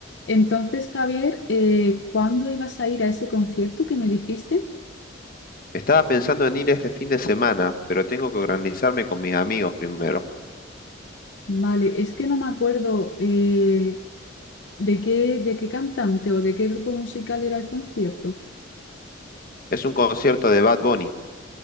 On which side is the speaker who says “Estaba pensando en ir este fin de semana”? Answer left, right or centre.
Left